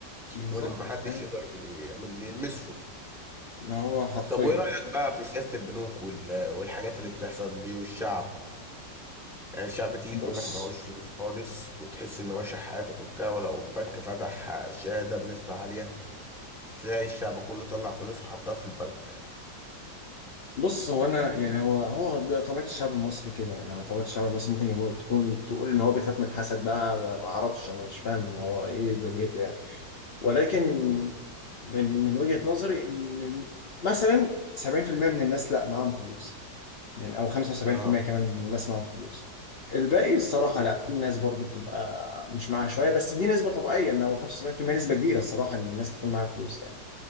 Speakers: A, on the left; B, in the centre.
A: امم بالظبط
B: وإن محدش
A: فاهم
B: يقدر يعمل- يلمسه
A: اللي هو حرفيا
B: طب وايه رأيك بقى في سياسة البنوك وال- والحاجات اللي بتحصل دي والشعب يعني الشعب تيجي
A: بص
B: تقول لك معهوش فلوس خالص وتحس ان هو شحات وبتاع ولو البنك فتح شهادة بنسبة عالية تلاقي الشعب كله طلع فلوس وحطها في البنك
A: بص هو انا يعني هو هو ده طبيعة الشعب المصري كده يعني هو طبيعة الشعب المصري ممكن هو تكون تقول ان هو بيخاف من الحسد بقى ما اعرفش انا مش فاهم هو ايه دنيته يعني ولكن من من وجهة نظري ان مثلا 70% من الناس لا معاهم فلوس يعني او 75%
B: اه
A: كمان من الناس معاهم فلوس الباقي الصراحه لا في ناس برضو بتبقى مش معاها شويه بس دي نسبه طبيعيه ان هو 75% نسبه كبيره الصراحه ان الناس تكون معاها فلوس يعني